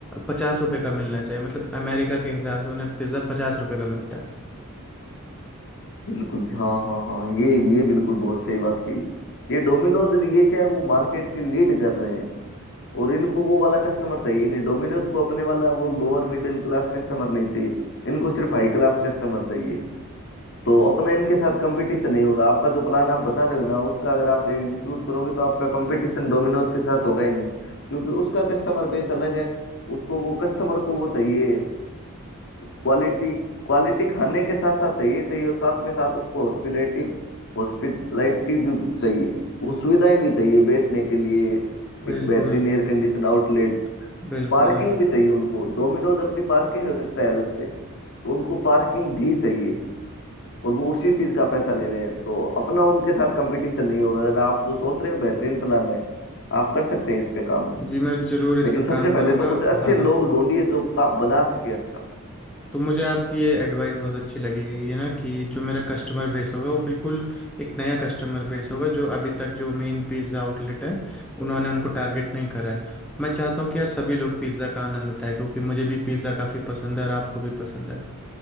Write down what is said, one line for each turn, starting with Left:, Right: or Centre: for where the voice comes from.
Centre: पचास रुपए का मिलना चाहिए मतलब अमेरिका के हिसाब से उन्हें पिज़्ज़ा पचास रुपए का मिलता है
Left: बिल्कुल हाँ हाँ हाँ ये ये बिल्कुल बहुत सही बात कही ये डोमिनोज ये क्या है वो मार्केट के लीड कर रहे हैं और इनको वो वाला कस्टमर चाहिए नहीं डोमिनोज को अपने वाला वो लोअर मिडिल क्लास कस्टमर नहीं चाहिए इनको सिर्फ हाई क्लास कस्टमर चाहिए तो अपना इनके साथ कंपटीशन नहीं होगा आपका जो प्लान आप बता रहे हो ना उसका अगर आप एग्जीक्यूट करोगे तो आपका कंपटीशन डोमिनोज के साथ होगा ही नहीं क्योंकि उसका कस्टमर बेस अलग है उसको वो कस्टमर को वो चाहिए क्वालिटी क्वालिटी खाने के साथ साथ चाहिए चाहिए और साथ में साथ उसको हॉस्पिटलिटी हॉस्पिटलिटी भी चाहिए वो सुविधाएं भी चाहिए बैठने के लिए
Centre: बिल्कुल
Left: एक बेहतरीन एयर कंडीशन आउटलेट
Centre: बिल्कुल
Left: पार्किंग भी चाहिए उनको डोमिनोज अपनी पार्किंग रखता है अलग से तो उनको पार्किंग भी चाहिए और वो उसी चीज का पैसा ले रहे हैं तो अपना उनके साथ कंपटीशन नहीं होगा अगर आप जो सोच रहे हो बेहतरीन प्लान है आप कर सकते हैं इस पे काम
Centre: जी मैं ज़रूर इस
Left: लेकिन
Centre: पर
Left: सबसे
Centre: काम करूँगा
Left: पहले तो कुछ अच्छे
Centre: हाँ
Left: लोग
Centre: हाँ
Left: ढूंढिए जो का बना सके अच्छा
Centre: तो मुझे आपकी ये एडवाइस बहुत अच्छी लगी ये ना कि जो मेरा कस्टमर बेस होगा वो बिल्कुल एक नया कस्टमर बेस होगा जो अभी तक जो मेन पिज़्ज़ा आउटलेट है उन्होंने उनको टारगेट नहीं करा है मैं चाहता हूँ कि यार सभी लोग पिज़्ज़ा का आनंद उठाए क्योंकि मुझे भी पिज़्ज़ा काफ़ी पसंद है और आपको भी पसंद है